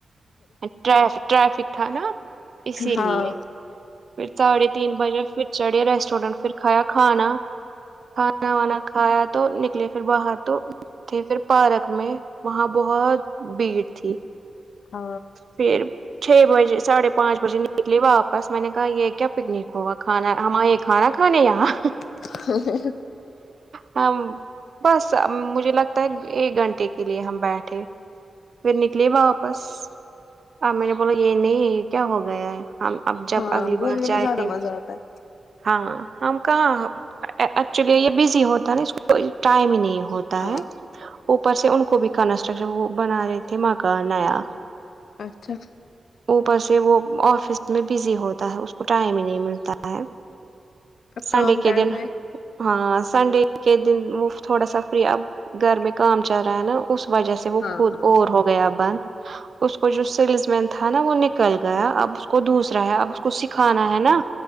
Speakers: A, on the right; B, on the left.
A: ٹ ٹریفک تھا نا اسی
B: ہاں
A: لیے پھر ساڑھے تین بجے پھر چڑھے ریسٹورینٹ پھر کھایا کھانا کھانا وانا کھایا تو نکلے پھر باہر تو تھے پھر پارک میں وہاں بہت بھیڑ تھی
B: ہ
A: پھر چھ بجے ساڑھے پانچ بجے نکلی واپس میں نے کہا یہ کیا پکنک ہوگا کھانا ہم اۓ کھانا کھانے یہاں
B: <unintelligible>
A: ہم بس مجھے لگتا ہے ایک گھنٹے کے لیے ہم بیٹھے پھر نکلیے واپس آ میں نے بولا یہ نہیں یہ کیا ہو گیا ہے ہم اب جب
B: ہاں
A: اگلی
B: گھومنے
A: بار جائیں
B: میں زیادہ مزہ آتا ہے
A: ہاں ہم کہاں ایکچولی یہ بزی ہوتا ہے نا اس کو ٹائم ہی نہیں ہوتا
B: ہاں
A: ہے اوپر سے ان کو بھی کنسٹرکشن وہ بنا رہے تھے ماں کا نیا
B: اچھا
A: اوپر سے وہ آفس میں بزی ہوتا ہے اس کو ٹائم ہی نہیں ملتا ہے
B: اب
A: سنڈے
B: کام
A: کے
B: کرنا
A: دن
B: ہے
A: ہاں سنڈے کے دن وہ تھوڑا سا فری اب گھر میں کام چل رہا ہے نا اس وجہ سے وہ
B: ہاں
A: خود
B: ہاں
A: اور ہو گیا بند اس کو جو سیلس مین تھا نا وہ نکل گیا اب کو دوسرا ہے اب اسکو سکھانا ہے نا